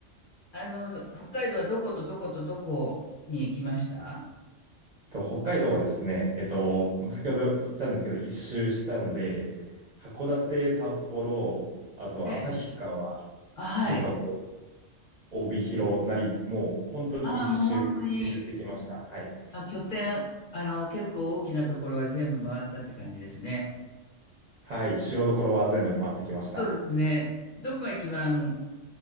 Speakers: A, on the left; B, on the right.
A: あの、北海道はどことどことどこに行きました
B: と、北海道はですね、えっと、先ほど言ったんですけど、一周したので、函館、札幌、あと旭川、
A: ええ。あ、はい。
B: 知床、帯広なり、もう本当に一周巡ってきました。
A: ああ、もう本当に、
B: はい。
A: あ、拠点、あの、結構大きなところは全部回ったって感じですね。
B: はい、主要どころは全部回ってきました。
A: そうですね。どこが一番